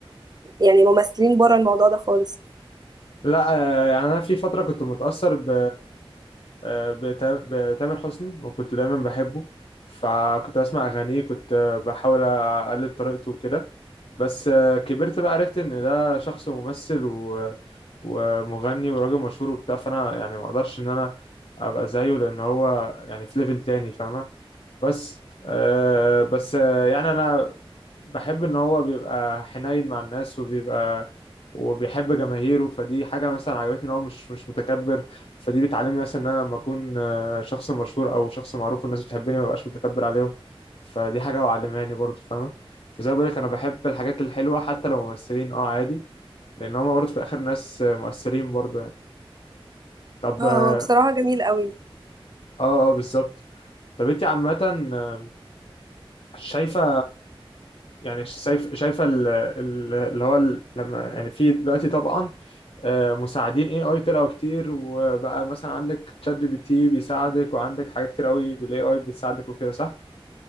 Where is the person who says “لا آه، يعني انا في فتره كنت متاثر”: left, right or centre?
Left